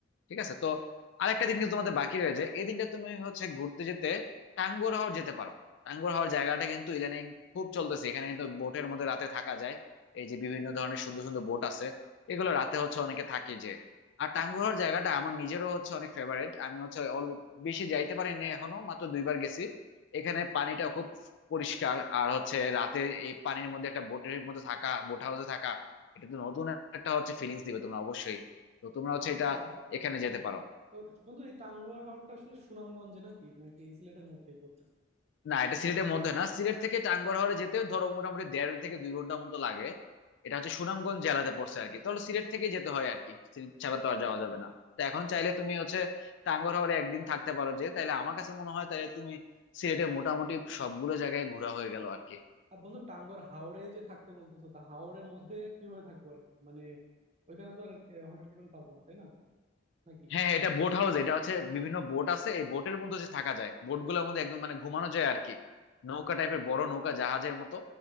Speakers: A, on the left; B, on the right.
A: ঠিক আছে তো আরেকটা দিন কিন্তু তোমাদের বাকি রয়েছে এই দিনটা তুমি হচ্ছে ঘুরতে যেতে টাঙ্গুয়ার হাওর যেতে পারো টাঙ্গুয়ার হাওর জায়গাটা কিন্তু ইদানিং খুব চলতেছে এখানে কিন্তু বোটের মধ্যে রাতে থাকা যায় এই যে বিভিন্ন ধরনের সুন্দর সুন্দর বোট আছে এগুলো রাতে হচ্ছে অনেকে থাকি যে আর টাঙ্গুয়ার জায়গাটা আমার নিজেরও হচ্ছে অনেক ফেভারিট আমি হচ্ছে অল- বেশি যাইতে পারিনি এখনো মাত্র দুইবার গেছি এখানে পানিটা খুব পরিষ্কার আর হচ্ছে রাতে এই পানির মধ্যে একটা বোটের মধ্যে থাকা বোট হাউসে থাকা এটা তো নতুন একটা হচ্ছে ফিলিংস দিবে তোমরা অবশ্যই তো তোমরা হচ্ছে
B: আচ্ছা
A: এটা এখানে যেতে পারো
B: ও, বন্ধু এই টাঙ্গুয়ার হাওরটা আসলে সুনামগঞ্জে নাকি নাকি সিলেটের মধ্যেই পড়তেছে
A: না এটা সিলেটের মধ্যে না সিলেট থেকে টাঙ্গুয়ার হাওরে যেতে ধরো মোটামুটি দেড় থেকে দুই ঘন্টা মতো লাগে এটা হচ্ছে সুনামগঞ্জ জেলাতে পড়ছে আর কি তাহলে সিলেট থেকে যেতে হয় আর কি সিলেট ছাড়া তো আর যাওয়া যাবে না তো এখন চাইলে তুমি হচ্ছে টাঙ্গুয়ার হাওরে একদিন থাকতে পারো যে তাইলে আমার কাছে মনে হয় তাহলে তুমি সিলেটে মোটামুটি সবগুলো জায়গায় ঘোরা হয়ে গেল আর কি
B: আর বন্ধু টাঙ্গুয়ার হাওরে যে থাকতে বলতেছো তা হাওরের মধ্যে কিভাবে থাকবো আর কি মানে ওইখানে তো আর হোটেল টোটেল পাবো না তাই না নাকি
A: হ্যাঁ হ্যাঁ, এটা বোট হাউস এটা হচ্ছে বিভিন্ন বোট আছে এই বোটের মধ্যে হচ্ছে থাকা যায় বোট গুলোর মধ্যে একদম মানে ঘুমানো যায় আর কি নৌকা টাইপের বড় নৌকা জাহাজের মতো